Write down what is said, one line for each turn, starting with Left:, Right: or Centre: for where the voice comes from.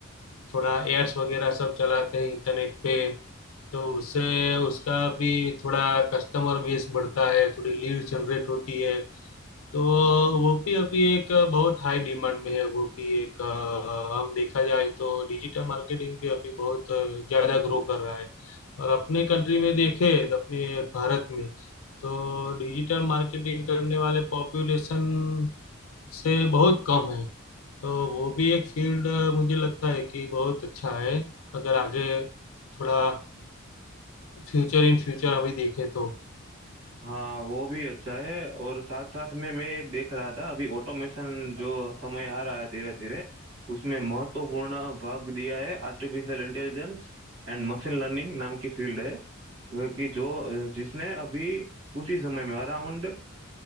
Left: थोड़ा एड्स वगैरह सब चलाते हैं इंटरनेट पे तो उससे उसका भी थोड़ा कस्टमर बेस बढ़ता है थोड़ी लीड जनरेट होती है तो वो भी अभी एक बहुत हाई डिमांड में है वो भी एक अ, हम देखा जाए तो डिजिटल मार्केटिंग भी अभी बहुत ज़्यादा ग्रो कर रहा है और अपने कंट्री में देखें तो अपने भारत में तो डिजिटल मार्केटिंग करने वाले पॉपुलेशन से बहुत कम है तो वो भी एक फील्ड मुझे लगता है कि बहुत अच्छा है अगर आगे थोड़ा फ्यूचर इन फ्यूचर अभी देखे तो
Right: हाँ वो भी अच्छा है और साथ साथ में मैं एक देख रहा था अभी ऑटोमेशन जो समय आ रहा है धीरे धीरे उसमें महत्वपूर्ण भाग दिया है artificial intelligence and machine learning नाम की फील्ड है क्योंकि जो जिसने अभी कुछ ही समय में अराउंड